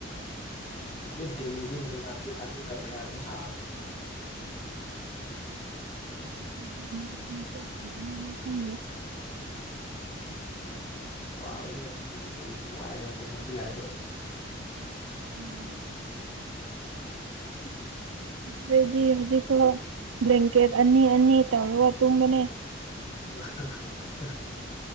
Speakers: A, on the left (about 35°); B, on the right (about 80°).
A: ꯑꯗꯨ ꯗꯦꯂꯤꯗꯤ ꯅꯨꯡꯗꯥꯡꯁꯨ ꯊꯥꯔꯇꯤ ꯐꯥꯏꯚ ꯃꯌꯥ ꯑꯗꯨꯝ ꯁꯥꯕꯅꯦ
B: <unintelligible>
A: ꯌꯥꯝ ꯎꯝ ꯌꯥꯝ ꯋꯥꯕꯅꯦ ꯃꯅꯤꯄꯨꯔꯁꯨ ꯅꯨꯡꯉꯥꯏꯈ꯭ꯔ ꯄꯣꯠꯅꯦ ꯑꯗꯨꯏ ꯍꯥꯏꯔꫭꯗꯤ
B: ꯎꯝ
A: ꯎꯝ
B: <unintelligible> ꯍꯧꯖꯤꯛꯐꯥꯎ ꯕ꯭ꯂꯦꯡꯀꯦꯠ ꯑꯅꯤ ꯑꯅꯤ ꯇꯧꯔꯒ ꯇꯨꯝꯕꯅꯦ
A: <unintelligible>